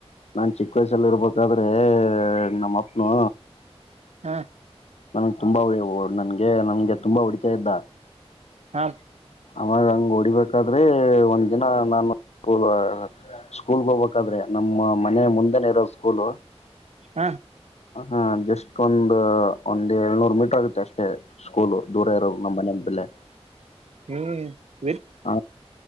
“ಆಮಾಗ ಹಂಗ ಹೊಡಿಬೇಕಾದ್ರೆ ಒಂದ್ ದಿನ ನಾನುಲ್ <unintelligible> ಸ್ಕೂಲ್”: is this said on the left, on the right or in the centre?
Left